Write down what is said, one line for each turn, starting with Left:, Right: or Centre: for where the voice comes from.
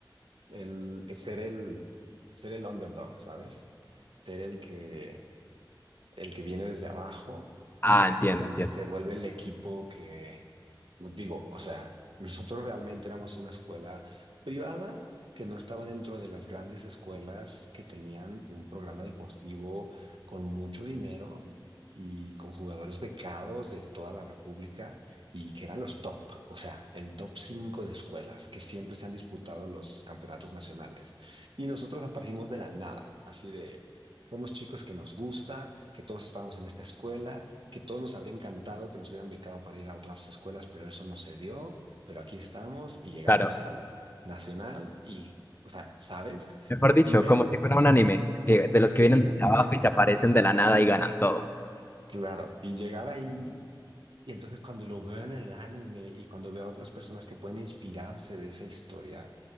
Right: el ser el ser el underdog, ¿sabes? Ser el que el que viene desde abajo
Left: Ah, entiendo,
Right: y
Left: entiendo.
Right: se vuelve el equipo que, pues, digo, o sea, <laughs> nosotros realmente éramos una escuela privada que no estaba dentro de las grandes escuelas que tenían un programa deportivo con mucho dinero y con jugadores becados de toda la República y que eran los top, o sea, el top 5 de escuelas que siempre se han disputado los campeonatos nacionales. Y nosotros aparecimos de la nada, así de, somos chicos que nos gusta, que todos estábamos en esta escuela que todos nos habría encantado que nos hubieran becado para ir a otras escuelas, pero eso no se dio, pero aquí estamos y llegamos
Left: Claro.
Right: al nacional y, o sea, ¿sabes?
Left: Mejor dicho,
Right: Y ver,
Left: como si fuera un anime, que- de los
Right: sí,
Left: que vienen de abajo y se aparecen de la nada y ganan todo.
Right: claro, y llegar ahí Y entonces cuando lo veo en el anime y cuando veo a otras personas que pueden inspirarse de esa historia,